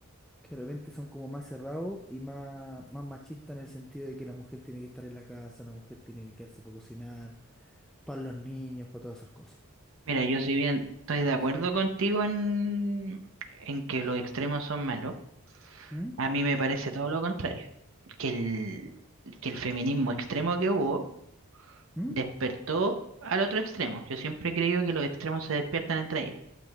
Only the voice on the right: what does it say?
mira, yo si bien estoy de acuerdo
contigo en, en que los extremos son malos,
a mí me parece todo lo contrario, que el, que el feminismo extremo que hubo
despertó al otro extremo. Yo siempre he creído que los extremos se despiertan entre ellos.